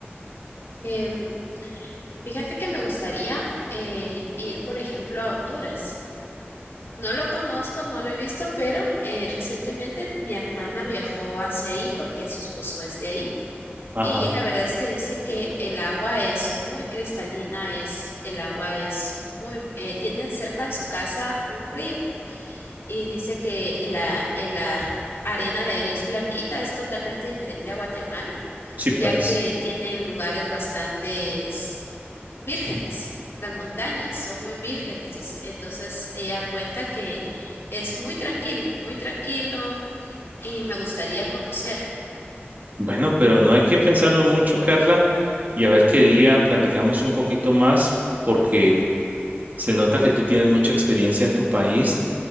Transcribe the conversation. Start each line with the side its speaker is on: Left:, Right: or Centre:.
Left: Em, Fíjate que me gustaría eh, ir, por ejemplo, a Honduras. No lo conozco, no lo he visto, pero eh, recientemente mi hermana viajó hacia ahí porque su esposo es de ahí.
Right: Ajá,
Left: Y la verdad es que dice que el agua es muy cristalina, es, el agua es muy, eh, tienen cerca de su casa un río y dice que la, la arena de ahí es blanquita, es totalmente diferente a Guatemala,
Right: sí, pues.
Left: ya que tienen lugares bastante vírgenes, las montañas son muy vírgenes, dice. Entonces ella cuenta que es muy tranquilo, muy tranquilo y me gustaría conocerlo.
Right: Bueno, pero no hay que pensarlo mucho, Carla, y a ver qué día platicamos un poquito más, porque Se nota que tú tienes mucha experiencia en tu país